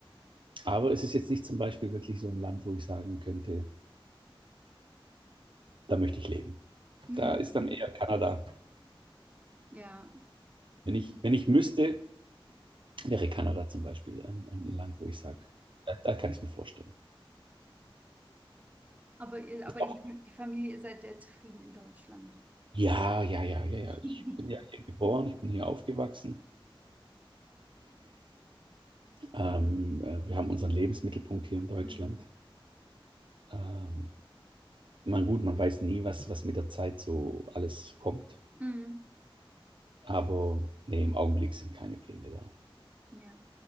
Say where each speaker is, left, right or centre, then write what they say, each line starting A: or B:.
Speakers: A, on the right (about 60°); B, on the right (about 15°).
A: Aber es ist jetzt nicht zum Beispiel wirklich so ein Land, wo ich sagen könnte, da möchte ich leben.
B: Mhm.
A: Da ist dann eher Kanada.
B: Ja.
A: Wenn ich,
B: Jetzt-
A: wenn ich müsste, wäre Kanada zum Beispiel ein, ein Land, wo ich sage, da, da kann ich es mir vorstellen.
B: Aber, ihr- aber
A: Ist auch,
B: ihr- die Familie, ihr seid ja zufrieden in Deutschland.
A: ja, ja, ja, ja, ja.
B: <laughs>
A: Ich bin ja hier geboren, ich bin hier aufgewachsen. Ähm, äh, wir haben unseren Lebensmittelpunkt hier in Deutschland.
B: Mhm.
A: Ähm, man, gut, man weiß nie, was, was mit der Zeit so alles kommt.
B: Mhm.
A: Aber nee, im Augenblick sind keine Pläne da.
B: Ja.